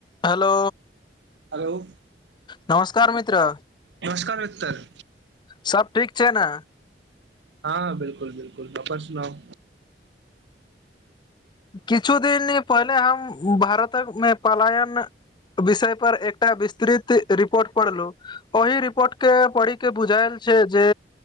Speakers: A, on the left; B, on the right.
A: Hello
B: hello
A: नमस्कार मित्र
B: नमस्कार मिक्तर
A: सब ठीक छै न
B: हँ बिल्कुल बिल्कुल अप्पन सुनाउ
A: किछु दिन पहिले हम भारत क मे पलायन विषय पर एकटा विस्तृत रिपोर्ट पढ़लहु ओहि रिपोट के पढी के बुझायल छै जे